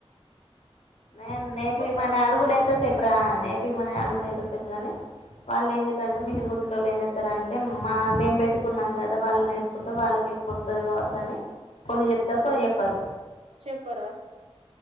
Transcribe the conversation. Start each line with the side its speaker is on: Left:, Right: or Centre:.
Left: నే నేర్పి మ
Right: బావని
Left: అడుగుడ
Right: ఇయ్యమను
Left: ఎంత సేప్రా నేర్ మనని అడుగు ఎంతసేపుగాని వాళ్ళు ఏం చేస్తారంటే మిషన్ కుట్టేట వాళు ఏం చేస్తారంటే మా మేము పెట్టుకున్నాం కదా వాళ్ళు నేర్చుకుంటే వాళ్ళకి ఎక్కు వతుంది కావచ్చు అని కొన్ని చెప్తారు కొని చెప్పారు
Right: చెప్పరా